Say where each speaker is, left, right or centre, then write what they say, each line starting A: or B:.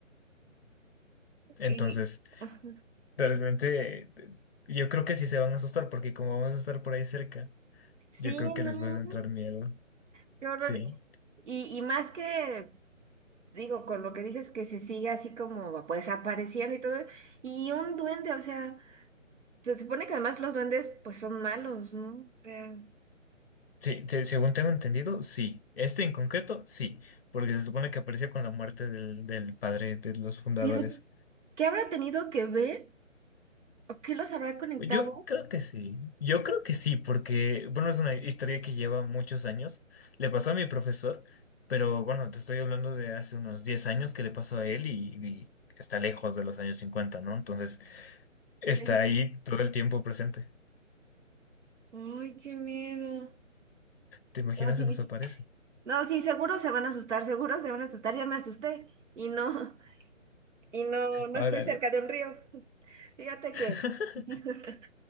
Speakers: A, on the left; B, on the right.
A: Entonces,
B: Y, ajá.
A: realmente, eh, yo creo que sí se van a asustar porque como vamos a estar por ahí cerca, yo
B: Sí,
A: creo que
B: no,
A: les va a entrar miedo.
B: qué horror.
A: Sí.
B: Y, y más que Digo, con lo que dices que se sigue así como pues apareciendo y todo, y un duende, o sea, se supone que además los duendes pues son malos, ¿no? O sea,
A: Sí, se- según tengo entendido, sí. Este en concreto, sí, porque se supone que apareció con la muerte del, del padre de los fundadores.
B: pero ¿qué habrá tenido que ver o qué los habrá conectado?
A: Yo creo que sí, yo creo que sí, porque, bueno, es una historia que lleva muchos años. Le pasó a mi profesor, pero bueno, te estoy hablando de hace unos 10 años que le pasó a él y, y está lejos de los años 50, ¿no? Entonces, está
B: Sí.
A: ahí todo el tiempo presente.
B: Ay, qué miedo.
A: ¿Te imaginas
B: No, sí,
A: se nos aparece?
B: no, sí, seguro se van a asustar, seguro se van a asustar, ya me asusté y no, <laughs> y no, no
A: Ahora.
B: estoy cerca de un río. <laughs> Fíjate
A: <laughs>
B: que <laughs>